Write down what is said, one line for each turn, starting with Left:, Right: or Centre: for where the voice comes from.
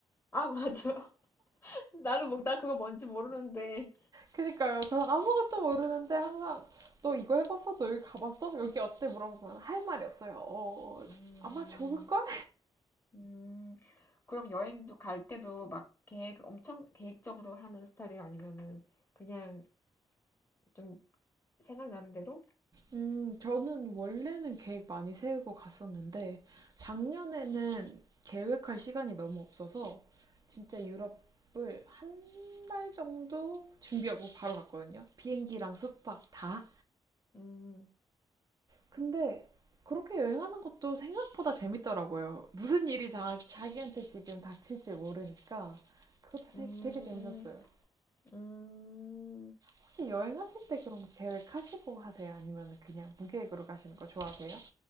Left: 아, 맞아. <laughs> 나는 뭐, 나 그거 뭔지 모르는데.
Right: 그니까요. 저는 아무것도 모르는데 항상 너 이거 해봤어? 너 여기 가봤어? 여기 어때? 물어보면 할 말이 없어요. 어,
Left: 음,
Right: 아마 좋을걸?
Left: 음. 그럼 여행도 갈 때도 막 계획 엄청 계획적으로 하는 스타일이 아니면은 그냥 좀 생각나는 대로?
Right: 음, 저는 원래는 계획 많이 세우고 갔었는데, 작년에는 계획할 시간이 너무 없어서, 진짜 유럽을 한 달 정도 준비하고 바로 갔거든요. 비행기랑 숙박 다.
Left: 음,
Right: 근데 그렇게 여행하는 것도 생각보다 재밌더라고요. 무슨 일이 자, 자기한테 지금 닥칠지 모르니까 그것도
Left: 음,
Right: 되게, 되게 재밌었어요.
Left: 음.
Right: 혹시 여행하실 때 그럼 계획하시고 하세요? 아니면 그냥 무계획으로 가시는 거 좋아하세요?